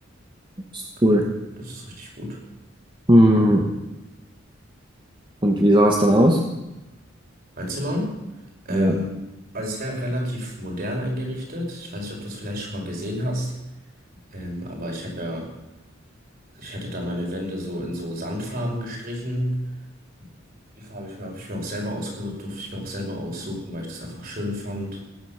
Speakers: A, on the right (about 25°); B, on the right (about 50°).
A: das ist
B: Genau,
A: cool.
B: das ist richtig gut.
A: Hm, Und wie sah es dann aus?
B: Mein Zimmer, ähm,
A: Ja,
B: also es wäre relativ modern eingerichtet. Ich weiß nicht, ob du es vielleicht schon mal gesehen hast, ähm, aber ich habe ja, ich hatte da meine Wände so in so Sandfarben gestrichen. Die Farbe ich mir, habe ich mir auch selber ausgesucht, durfte ich mir auch selber aussuchen, weil ich das einfach schön fand.